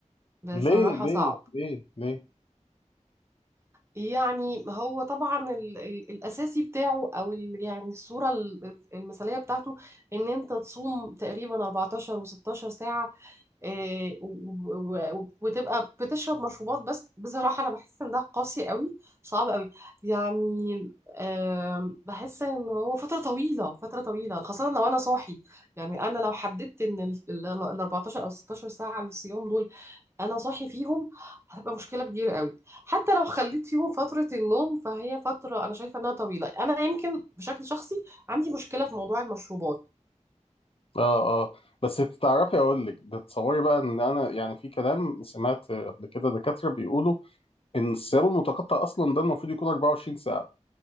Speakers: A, on the right; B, on the left.
A: بصراحة
B: ليه ليه
A: صعب
B: ليه ليه
A: يعني هو طبعا ال ال الاساسي بتاعه او ال يعني الصوره ال- ال- المثاليه بتاعته ان انت تصوم تقريبا 14 و16 ساعه آه، و- و- و- وتبقى بتشرب مشروبات بس بصراحه انا بحس ان ده قاسي قوي صعب قوي يعني آم، بحس ان هو فتره طويله فتره طويله خاصه لو انا صاحي يعني انا لو حددت ان ال ال- ال 14 او 16 ساعه الصيام دول انا صاحي فيهم هتبقى مشكله كبيره قوي حتى لو خليت فيهم فتره النوم فهي فتره انا شايفه انها طويله انا يمكن بشكل شخصي عندي مشكله في موضوع المشروبات
B: اه اه بس تعرفي اقول لك تتصوري بقى ان انا يعني في كلام سمعت قبل كده دكاتره بيقولوا ان الصيام المتقطع اصلا ده المفروض يكون 24